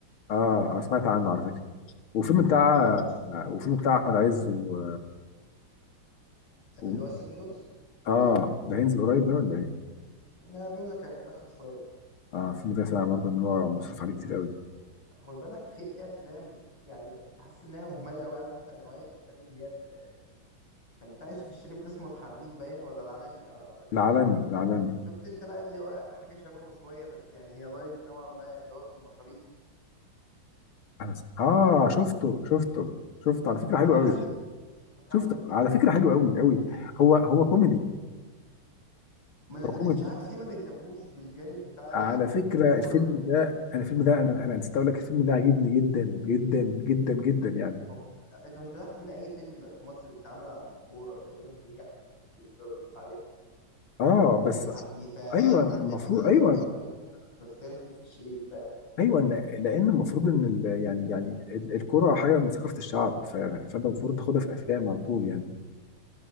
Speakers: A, on the left (about 80°); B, on the left (about 65°).
A: اه آه، سمعت عنه على فكره وفيلم بتاع
B: آه
A: وفيلم بتاع احمد عز و... و...
B: اللي هو سيفن دوجز
A: اه ده هينزل قريب ده ولا ايه؟
B: انا بيقول لك هيتاخر شويه
A: اه الفيلم ده سامع برضه ان هو مصروف عليه كتير قوي
B: خد بالك في افلام يعني بحس انها مهمله قوي عارف انت نوعيه افلام اللي هي ال- كان بتاع يوسف الشريف ده اسمه الحريف باين ولا العالمي اه العالمي
A: العالمي العالمي
B: شفت انت بقى اللي هو حاجه شبهه شويه بس يعني هي لايت نوعا ما اللي هو المطاريد
A: أنا س- اه شفته شفته شفته على فكره
B: بتاع
A: حلو
B: حاتم
A: قوي
B: احمد حاتم
A: شفته على فكره حلو قوي قوي هو هو كوميدي
B: ما انا
A: هو كوميدي
B: مش عارف ليه ما بيهتموش بالجانب بتاع
A: على
B: ال- الكوره
A: فكره الفيلم
B: ده
A: ده انا الفيلم ده انا انا نسيت اقول لك الفيلم ده عجبني جدا جدا جدا جدا يعني
B: هو انت مش ملاحظ ان اي فيلم في مصر بيتعمل عن الكوره تقريبا بينجح وبيجيب ايرادات عاليه
A: اه
B: يعني
A: بس
B: زي الحريفه
A: ايوه
B: العالمي
A: المفروض
B: العالمي
A: ايوه
B: يعتبر ايقونه في, في تاريخ يوسف الشريف فاهم
A: ايوه لأ- لان المفروض ان ال- يعني يعني ال- الكرة حاجه من ثقافه الشعب ف- فانت المفروض تاخدها في الافلام على طول يعني